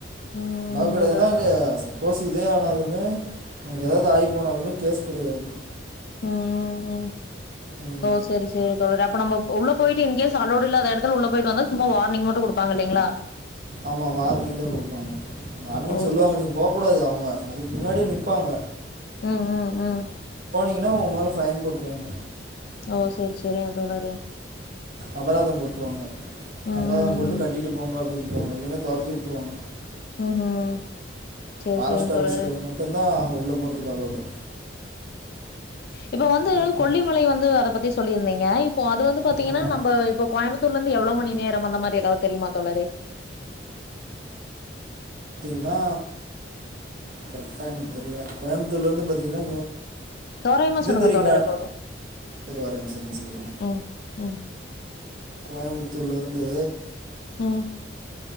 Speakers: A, on the left; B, on the right.
A: ம்
B: அலோ கெடையாதுனா
A: அதா அதா
B: அங்க சப்போஸ் இதே ஆனாலுமே நமக்கு எதாவுது ஆயி போனாலுமே கேஸ் கெடையாது
A: ம் ம் ம்
B: ம்
A: ஓ செரி செரிங் தோழரே அப்ப நம்ம உள்ள போயிட்டு இன்கேஸ் அலோடு இல்லாத எடத்துல உள்ள போயிட்டு வந்தா சும்மா வார்னிங் மட்டு குடுப்பாங்க இல்லைங்ளா
B: ஆமா வார்னிங் தா குடுப்பாங்க வார்னிங்
A: ஓ
B: சொல்லுவாங்க
A: செரி
B: நீங்க போக்கூடாது அவுங் க அதுக்கு முன்னாடியே நிப்பாங்க
A: ம் ம் ம்
B: இல்லனா உங்க மேல ஃபைன் போட்ருவாங்க
A: ஓ செரி செரிங்க தோழரே
B: அபராதம் போட்ருவாங்க
A: ம்
B: அபராதம்
A: ம்
B: போட்டு கட்டிட்டு போங்க அப்டினு இல்லைனா தொரத்தியுட்ருவாங்க
A: ம் ம்ஹும் செரி
B: ஃபாரஸ்ட்
A: செரிங்க
B: ஆஃபிஸர்களுக்கு
A: தோழரே
B: மட்டுந்தா அங்க உள்ள போறதுக்கு அலவ்டு
A: இப்போ வந்து
B: ம் ம்
A: கொல்லிமலைய வந்து அத பத்தி சொல்லிருந்திங்க இப்போ அது வந்து பாத்திங்கனா
B: ஆமாம்
A: நம்ப இப்போ கோயமுத்தூர்ல இருந்து எவ்ளோ மணி நேரம் அந்த மாரி எதாவுது தெரியுமா தோழரே
B: னா கரெக்டா எனக்கு தெர்ல கோயமுத்தூர்ல இருந்து பாத்திங்னா
A: தோராயமா
B: இது
A: சொல்லுங்க
B: தெரிங்ளா
A: தோழரே போதும்
B: இரு ஒரெ நிம்ஸ இருங்க சொல்றே
A: ம் ம்
B: கோயமுத்தூர்ல இருந்து
A: ம்